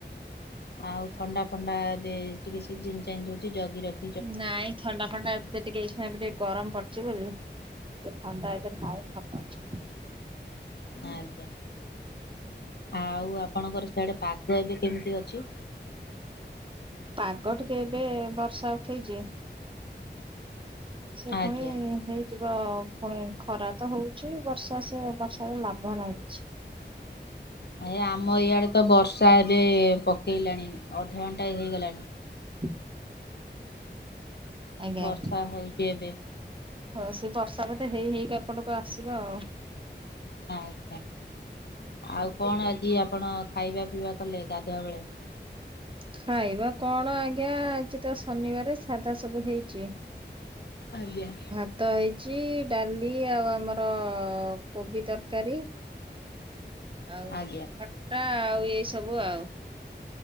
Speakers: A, on the left (about 60°); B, on the right (about 30°).
A: ଆଉ ଥଣ୍ଡା ଫଣ୍ଡା ଏବେ ଟିକେ ସିଜିନ ଚେଞ୍ଜ ହୋଉଚି ଜଗି ରଖି
B: ନାଇଁ ଥଣ୍ଡା ଫଣ୍ଡା ଏତେ ଟିକେ ଏଇଖେଣେ ଏବେ ଟିକେ ଗରମ ପଡିଚି ବୋଲି ଟିକେ ଥଣ୍ଡା ଏତେ ନାଇଁ ଭଲ <unintelligible>
A: ଆଜ୍ଞା। ଆଉ ଆପଣଙ୍କର ସିଆଡେ ପାଗ ଏବେ କେମିତି ଅଛି?
B: ପାଗ ଟିକେ ଏବେ ବର୍ଷା ଉଠେଇଚି। ସେ ପୁଣି
A: ଆଜ୍ଞା
B: ହେଇ ଥିବ ଫୁଣି ଖରା ତ ହୋଉଚି। ବର୍ଷା ସେ ବର୍ଷାର ଲାଭ ନାହିଁ କିଛି।
A: ଏ ଆମ ଇଆଡେ ତ ବର୍ଷା ଏବେ ପକେଇଲାଣି। ଅଧଘଣ୍ଟା ହେଇଗଲାଣି।
B: ହୁଁ। ଆଜ୍ଞା
A: ବର୍ଷା
B: ଆଜ୍ଞା
A: ହଉଛି ଏବେ
B: ହୋଉ ସେ ବର୍ଷା ବୋନଧେ ହେଇ ହେଇକି ଏପଟକୁ ଆସିବ ଆଉ।
A: ଆଜ୍ଞା ଆଉ କଣ ଆଜି ଆପଣ ଖାଇବା ପିଇବା କଲେ ଗାଧୁଆବେଳେ?
B: ଖାଇବା କଣ ଆଜ୍ଞା ଆଜି ତ ଶନିବାର ସାଧା ସବୁ ହେଇଚି।
A: ଆଜ୍ଞା।
B: ଭାତ ହେଇଚି ଡାଲି ଆଉ ଆମର କୋବି ତରକାରୀ। ଆଉ
A: ଆଜ୍ଞା।
B: ଖଟା ଆଉ ଏଇ ସବୁ ଆଉ।